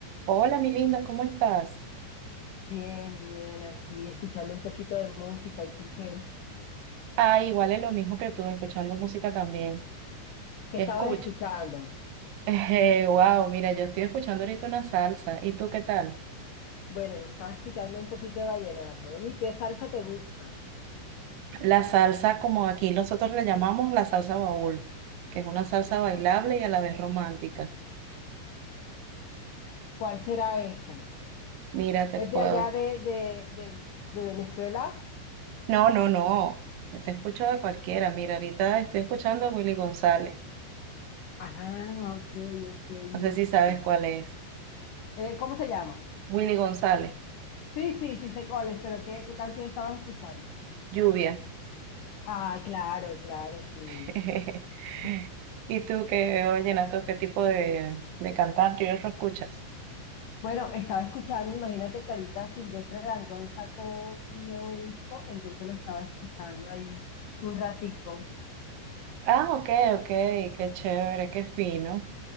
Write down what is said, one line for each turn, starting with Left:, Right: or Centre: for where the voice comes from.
Right: Hola, mi linda, ¿cómo estás?
Left: Bien, bien, aquí escuchando un poquito de música. ¿Y tú qué?
Right: Ah, igual es lo mismo que tú, escuchando música también.
Left: ¿Qué
Right: Te
Left: estabas
Right: escucho.
Left: escuchando?
Right: <laughs> Eh, wow, mira, yo estoy escuchando ahorita una salsa. ¿Y tú qué tal?
Left: Bueno, yo estaba escuchando un poquito de vallenato. Oye, ¿y ¿qué salsa te gusta?
Right: La salsa, como aquí nosotros la llamamos la salsa baúl, que es una salsa bailable y a la vez romántica.
Left: ¿Cuál será esa?
Right: Mira, te
Left: ¿Es
Right: puedo.
Left: de allá de, de, de, de Venezuela?
Right: No, no, no. Te escucho de cualquiera. Mira, ahorita estoy escuchando a Willy González.
Left: Ah, ok, ok. mira,
Right: No sé si sabes
Left: mira.
Right: cuál es.
Left: Eh, ¿cómo se llama?
Right: Willy González,
Left: Sí, sí, sí sé cuál es, pero ¿qué, qué canción estabas escuchando?
Right: Lluvia.
Left: Ah, claro, claro, sí.
Right: <laughs>
Left: <laughs>
Right: ¿Y tú qué, oye, vallenato, qué tipo de, de cantante y eso escuchas?
Left: Bueno, estaba escuchando, imagínate que ahorita Silvestre Dangond sacó un nuevo disco, entonces lo estaba escuchando ahí un ratico.
Right: Ah, ok, ok, qué chévere, qué fino.